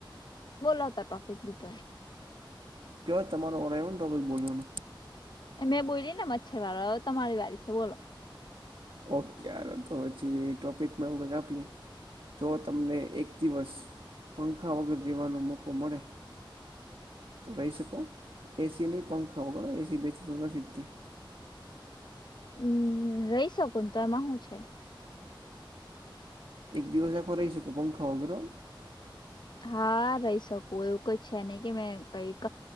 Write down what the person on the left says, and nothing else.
બોલો તો ટોપિક બીજો.
મેં બોલી ને મચ્છર વાળા તમારી વારી છે બોલો.
હમ્મ રહી શકું તો એમાં શું છે.
હા રહી શકું એવું કઈ છે નહી કે મેં કઈ ક.